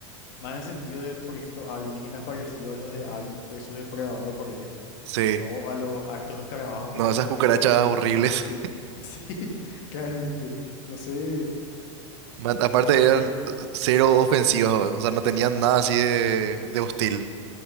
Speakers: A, on the left; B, on the right.
A: más en el sentido de, por ejemplo, alienígenas parecidos a los de Alien versus Depredador, por ejemplo.
B: Sí,
A: No a los, a estos escarabajos
B: no,
A: que terminamos
B: esas cucarachas
A: viendo que son,
B: horribles.
A: sí, <laughs> sí, claramente, no sé.
B: <laughs> Ma- Aparte
A: Y,
B: eran
A: pero,
B: eh, cero ofensivas, o sea, no tenían nada así de, de hostil.